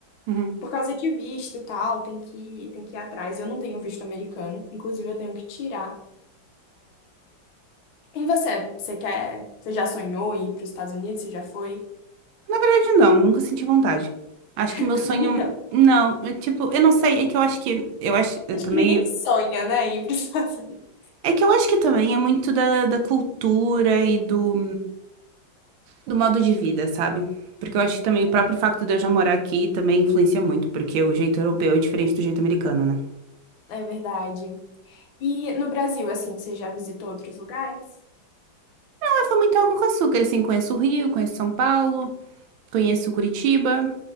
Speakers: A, on the right; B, on the left.
A: Uhum.
B: Por causa de visto e tal, tem que, tem que ir atrás. Eu não tenho visto americano, inclusive eu tenho que tirar. E você? Você quer? Você já sonhou em ir para os Estados Unidos? Você já foi?
A: Na verdade, não, nunca senti vontade. Acho
B: <laughs>
A: que o meu
B: Também
A: sonho.
B: não.
A: Não, é tipo, eu não sei, é que eu acho que. Eu acho. Eu
B: Acho
A: também.
B: que ninguém sonha, né, em ir para os Estados Unidos.
A: É que eu acho que também é muito da, da cultura e do, do modo de vida, sabe? Porque eu acho que também o próprio facto de eu já morar aqui também influencia muito, porque o jeito europeu é diferente do jeito americano, né?
B: É verdade. E no Brasil, assim, você já visitou outros lugares?
A: Não, eu fui muito água com açúcar, assim, conheço o Rio, conheço São Paulo, conheço Curitiba,